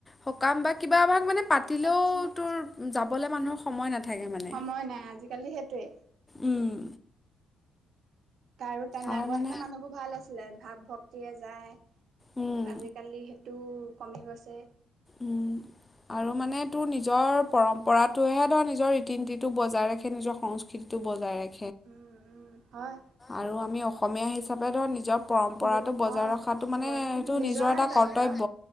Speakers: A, on the left; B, on the right.
A: সকাম বা কিবা আমাক মানে, পাতিলেও
B: বাকী
A: তোৰ যাব, গ'লৈ মানুহৰ সময় নাে থাকে মানে
B: সময় নাই আজিকালি সেইটোৱে।
A: উম,
B: কাৰ তেনে
A: আৰু
B: আগৰ
A: মানে
B: দিনৰ মানুহবোৰ ভাল আছিলে ভাৱ ভক্তিৰে যায়।
A: উম
B: আজিকালি সেইটো, কমি গৈছে।
A: উম আৰু মানে তোৰ নিজৰ পৰম্পৰাটোহে ধৰ নিজৰ ৰীতি নীতিতটো বজাই ৰাখে নিজৰ সংস্কৃতিতটো বজাই ৰাখে।
B: উম উম হয়।
A: আৰু আমি অসমীয়া হিচাপে ধৰ নিজৰ। পৰম্পৰাটো
B: নিজৰ
A: বজাই
B: অ',
A: ৰখাটো মানে
B: বৰদৌল
A: সেইটো
B: নিজৰে
A: নিজৰ এটা
B: দৈত্য।
A: কৰ্তব্য